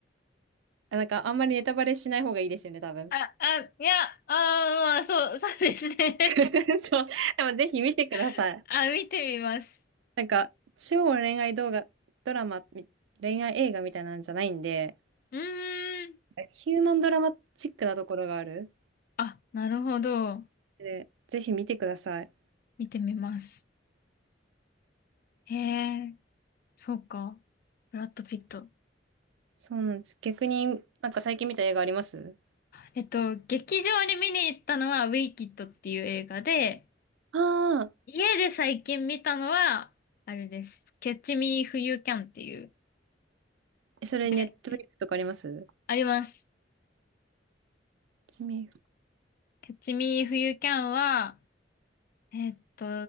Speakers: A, on the right; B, on the left.
A: なんかあんまりネタバレしない方がいいですよね、多分。
B: あ、あ、いや、ああいやあまあ、そう、<laughs> そうですね。
A: <laughs> そう。でもぜひ見てください。
B: <laughs> あ、見てみます。
A: なんか、超恋愛動画、ドラマ、み恋愛映画みたいなんじゃないんで、
B: うーん。
A: ヒューマンドラマチックなところがある。
B: あ、なるほど。
A: で、ぜひ見てください。
B: 見てみます。へえ、そうか。ブラッド・ピット。
A: そうなんです。逆に、なんか最近見た映画あります
B: えっと、劇場に見に行ったのは、ウィキッドっていう映画で、
A: ああ
B: 家で最近見たのは、あれです。キャッチミーフユーキャンっていう。
A: ー、えそれネットフリックスとかあります
B: で、あります。
A: ちみ、
B: キャッチミーフユーキャンは、えーっと、